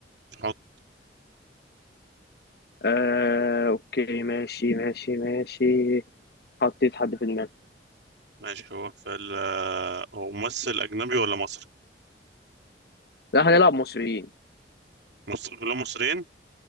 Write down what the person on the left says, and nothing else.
آه اوكي ماشي ماشي ماشي حطيت حد في دماغي
لا هنلعب مصريين